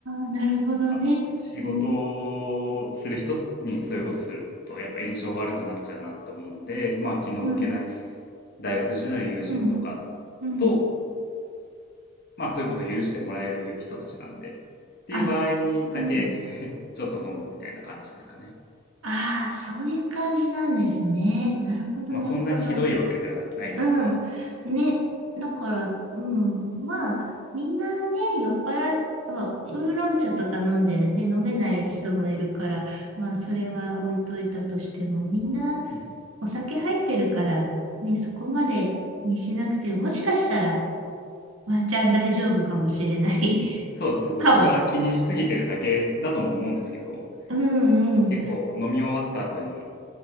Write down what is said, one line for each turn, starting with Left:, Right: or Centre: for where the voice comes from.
Right: あ、なるほどね。
Left: あ、仕事をする人にそういうことするとやっぱ印象悪くなっちゃうなと思うんで、
Right: うん。
Left: まあ気の置けない
Right: うん。
Left: 大学時代の友人とか
Right: うん。うん。
Left: と、まあそういうことを許してもらえる人たちなんで、っていう場合にだけ
Right: あ、うん。
Left: <laughs> ちょっと飲むみたいな感じですかね。
Right: ああ、そういう感じなんですね。なるほど、
Left: まあそんなにひどいわけではないんですが、
Right: なるほど。うん。ね。だから、うん。まあ、みんなね、酔っ払っては、ウーロン茶とか飲んでるね、飲めない人もいるから、まあ、それは置いといたとしても、みんな
Left: うん。
Right: お酒入ってるから、ね、そこまで気にしなくても、もしかしたらワンチャン大丈夫かもしれない
Left: そうですね。
Right: <laughs>
Left: 僕が気にしすぎてるだけだとも思うんですけど、
Right: かも。うんうん。
Left: 結構飲み終わった後に